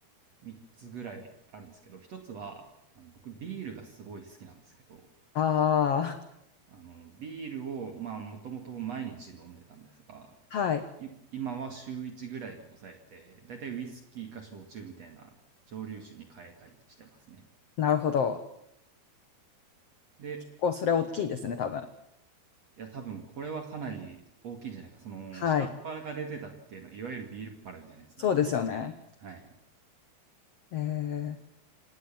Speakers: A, on the right (about 45°); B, on the left (about 55°).
A: 3つぐらいあるんですけど、一つは、あの僕ビールがすごい好きなんですけど、
B: あ
A: あの、ビールを、まあ、もともと毎日飲んでたんですが、
B: あ、はい。
A: 今は週1ぐらいに抑えて、だいたいウイスキーか焼酎みたいな蒸留酒に変えたりしてますね。
B: なるほど。
A: で、
B: 結構それは大きいですね、多分。
A: いや、多分これはかなり大きいんじゃないか。その、
B: はい。
A: 下っ腹が出てたっていうのは、いわゆるビールっ腹みたいなやつなんで、
B: そうですよね。
A: はい。
B: えー